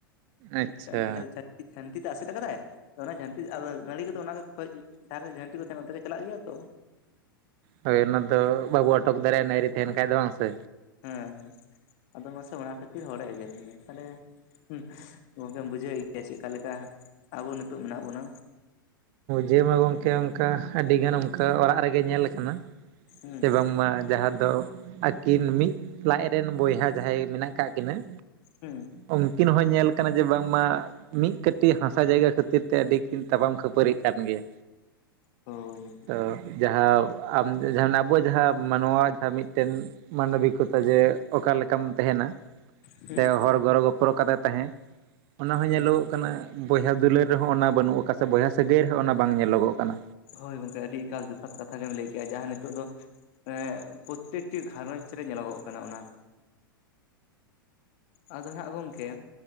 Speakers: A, on the right; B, on the left.
A: ᱟᱪᱪᱷᱟ
B: <unintelligible> ᱡᱷᱟᱹᱱᱴᱤ ᱛᱮ ᱟᱥᱮᱫ ᱟᱠᱟᱫᱟᱭ ᱚᱱᱟ ᱡᱷᱟᱹᱱᱴᱤ ᱟᱫᱚ ᱱᱟᱲᱤ ᱠᱚᱫᱚ ᱚᱱᱟ ᱠᱷᱚᱡ ᱡᱟᱦᱟᱸᱨᱮ ᱡᱷᱟᱹᱱᱴᱤ ᱠᱚ ᱛᱟᱦᱮᱱᱟ ᱚᱱᱛᱮ ᱜᱮ ᱪᱟᱞᱟᱜ ᱜᱮᱭᱟ ᱛᱚ
A: ᱦᱳᱭ ᱚᱱᱟ ᱫᱚ ᱵᱟᱵᱚ ᱟᱴᱚᱠ ᱫᱟᱲᱮᱟᱭᱼᱟ ᱱᱟᱭᱨᱮ ᱛᱟᱦᱮᱱ ᱠᱷᱟᱡ ᱫᱚ ᱵᱟᱝ ᱥᱮ
B: ᱦᱮᱸ ᱦᱮᱸ ᱟᱫᱚ ᱢᱟᱥᱮ ᱚᱱᱟ ᱠᱷᱟᱛᱤᱨ ᱦᱚᱲᱮ ᱮᱜᱮᱨ ᱢᱮᱭᱟ ᱛᱟᱞᱦᱮ ᱦᱩᱸ ᱜᱚᱝᱠᱮᱢ ᱵᱩᱡᱷᱟᱹᱣᱮᱜ ᱜᱮᱭᱟ ᱪᱮᱫᱠᱟ ᱞᱮᱠᱟ ᱟᱵᱚ ᱱᱤᱛᱚᱜ ᱢᱮᱱᱟᱜ ᱵᱚᱱᱟ
A: ᱡᱮᱢᱟ ᱜᱚᱢᱠᱮ ᱚᱝᱠᱟ ᱟᱹᱰᱤᱜᱟᱱ ᱚᱝᱠᱟ ᱚᱲᱟᱜ ᱨᱮᱜᱮ ᱧᱮᱞ ᱟᱠᱟᱱᱟ
B: ᱦᱩᱸ
A: ᱥᱮ ᱵᱟᱝᱢᱟ ᱡᱟᱦᱟᱸ ᱫᱚ ᱟᱹᱠᱤᱱ ᱢᱤᱫ ᱞᱟᱡ ᱨᱮᱱ ᱵᱚᱭᱦᱟ ᱡᱟᱦᱟᱸᱭ ᱢᱮᱱᱟᱜ ᱠᱟᱜ ᱠᱤᱱᱟᱹ
B: ᱦᱩᱸ
A: ᱩᱱᱠᱤᱱ ᱦᱚᱸ ᱧᱮᱞ ᱠᱟᱱᱟ ᱡᱮ ᱵᱟᱝᱢᱟ ᱢᱤᱫ ᱠᱟᱹᱴᱤᱡ ᱦᱟᱥᱟ ᱡᱟᱭᱜᱟ ᱠᱷᱟᱹᱛᱤᱨ ᱛᱮ ᱟᱹᱰᱤ ᱠᱤᱱ ᱛᱟᱯᱟᱢ ᱠᱷᱟᱹᱯ ᱯᱟᱹᱨᱤᱜ ᱠᱟᱱ ᱜᱮᱭᱟ
B: ᱦᱳᱭ
A: ᱛᱚ ᱡᱟᱦᱟᱸ ᱟᱢ ᱡᱟᱦᱟᱸᱱᱟᱜ ᱟᱵᱚᱣᱟᱜ ᱡᱟᱦᱟᱸ ᱢᱟᱱᱣᱟ ᱡᱟᱦᱟᱸ ᱢᱤᱫᱴᱮᱱ ᱢᱟᱱᱚᱵᱤᱠᱚᱛᱟ ᱡᱮ ᱚᱠᱟᱮᱠᱟᱢ ᱛᱮᱦᱮᱱᱟ
B: ᱦᱩᱸ
A: ᱥᱮ ᱦᱚᱨ ᱜᱚᱲᱚ ᱜᱚᱯᱚᱲᱚ ᱠᱟᱛᱮ ᱛᱟᱦᱮᱸ ᱚᱱᱟᱦᱚᱸ
B: ᱦᱩᱸ
A: ᱧᱮᱞᱚᱜ ᱠᱟᱱᱟ ᱵᱚᱭᱦᱟ ᱫᱩᱞᱟᱹᱲ ᱨᱮᱦᱚᱸ ᱚᱱᱟ ᱵᱟᱹᱱᱩᱜ ᱟᱠᱟ ᱥᱮ ᱵᱚᱭᱦᱟ ᱥᱟᱹᱜᱟᱹᱭ ᱨᱮᱦᱚᱸ ᱚᱱᱟ ᱵᱟᱝ ᱧᱮᱞᱚᱜᱚᱜ ᱠᱟᱱᱟ
B: ᱦᱳᱭ ᱜᱚᱝᱠᱮ ᱟᱹᱰᱤ ᱮᱠᱟᱞ ᱡᱚᱛᱷᱟᱛ ᱠᱟᱛᱷᱟ ᱜᱮᱢ ᱞᱟᱹᱭ ᱠᱮᱜᱼᱟ ᱡᱟᱦᱟᱸ ᱱᱤᱛᱚᱜ ᱫᱚ ᱮᱸᱜ ᱯᱨᱚᱛᱛᱮᱠᱴᱤ ᱜᱷᱟᱨᱚᱸᱧᱡᱽ ᱨᱮ ᱧᱮᱞᱚᱜᱚᱜ ᱠᱟᱱᱟ ᱚᱱᱟ ᱟᱫᱚ ᱦᱟᱸᱜ ᱜᱚᱝᱠᱮ,